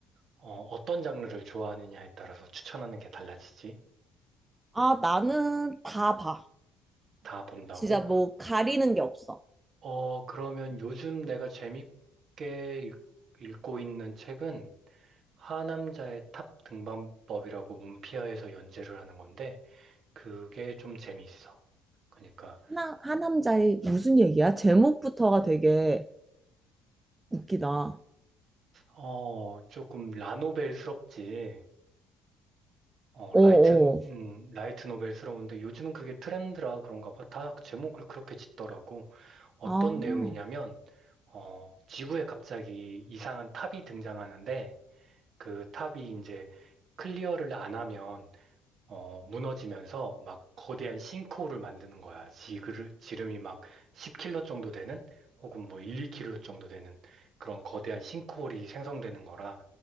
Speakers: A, on the right (about 50°); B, on the right (about 20°).
A: 어, 떤 장르를 좋아하느냐에 따라서 추천하는 게 달라지지.
B: 아, 나는 다 봐.
A: 다 본다고?
B: 진짜 뭐 가리는 게 없어.
A: 어, 그러면 요즘 내가 재밌게 읽- 읽고 있는 책은 하남자의 탑 등반법이라고 문피아에서 연재를 하는 건데, 그게 좀 재미있어. 그러니까,
B: 하나, 하남자의 무슨 얘기야? 제목부터가 되게 웃기다.
A: 어, 조금 라노벨스럽지. 어,
B: 어어,
A: 라이트, 음, 라이트 노벨스러운데 요즘은 그게 트렌드라 그런가 봐. 다 제목을 그렇게 짓더라고. 어떤
B: 아,
A: 내용이냐면, 어, 지구에 갑자기 이상한 탑이 등장하는데, 그 탑이 이제 클리어를 안 하면, 어, 무너지면서 막 거대한 싱크홀을 만드는 거야. 지그르, 지름이 막 1 0킬 m 정도 되는, 혹은 뭐 1, 2킬 m 정도 되는 그런 거대한 싱크홀이 생성되는 거라